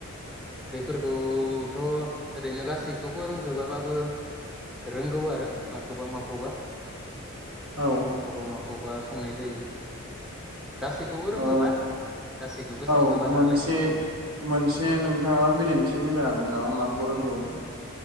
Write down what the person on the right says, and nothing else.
औ
ओ
औ मोनसे
मोनसे नोंथाङा बिदिन्थि होनो हागोन नामा माखौ रोंगौ।